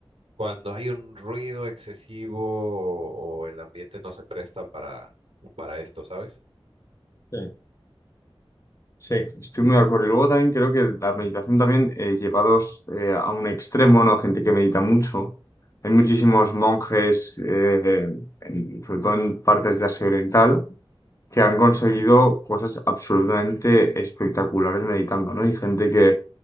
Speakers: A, on the right; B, on the left.
A: cuando hay un ruido excesivo o, o el ambiente no se presta para, para esto, ¿sabes?
B: Sí. Sí, estoy muy de acuerdo. Y luego también creo que la meditación también eh, llevados eh, a un extremo, ¿no? Gente que medita mucho. Hay muchísimos monjes, eh, en- sobre todo en partes de Asia Oriental, que han conseguido cosas absolutamente espectaculares meditando, ¿no? Hay gente que,